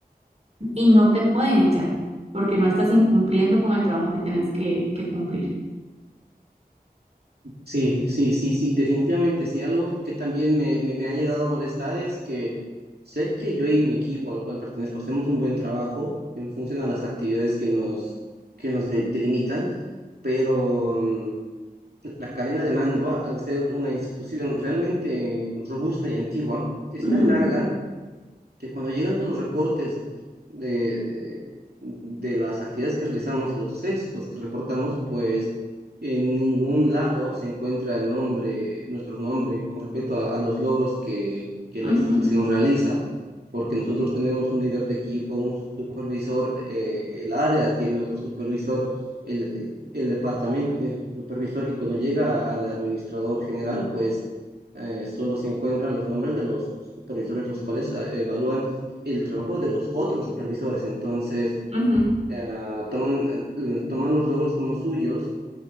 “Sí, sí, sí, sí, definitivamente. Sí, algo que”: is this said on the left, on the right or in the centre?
Right